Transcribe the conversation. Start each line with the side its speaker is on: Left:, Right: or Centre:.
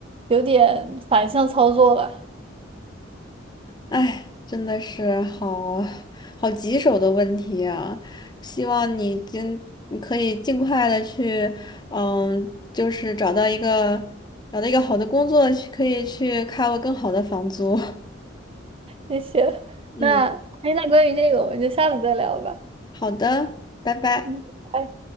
Right: 有点反向操作了。
Left: 哎，真的是好好棘手的问题啊！希望你尽你可以尽快的去，嗯，就是找到一个找到一个好的工作，去可以去 cover 更好的房租。
Right: 谢谢。<laughs>
Left: <laughs>
Right: 那，
Left: 嗯，
Right: 哎，那关于这个，我们就下次再聊吧。
Left: 好的，拜拜。
Right: 嗯。拜拜